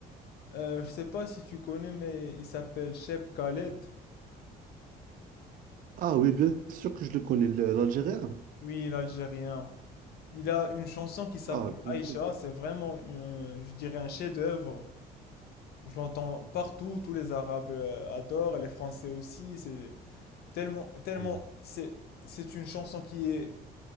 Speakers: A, on the left; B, on the right.
A: Euh, je sais pas si tu connais, mais il s'appelle Cheb Khaled.
B: Ah oui, bien sûr que je le connais, le- l'Algérien.
A: Oui, l'Algérien. Il a une chanson qui s'appelle
B: Ah, bien
A: Aïcha.
B: sûr.
A: C'est vraiment, un- je dirais, un chef-d'œuvre. Je l'entends partout. Tous les Arabes euh, adorent, et les Français aussi. C'est Tellement, tellement,
B: Ouais.
A: c'est, c'est une chanson qui est,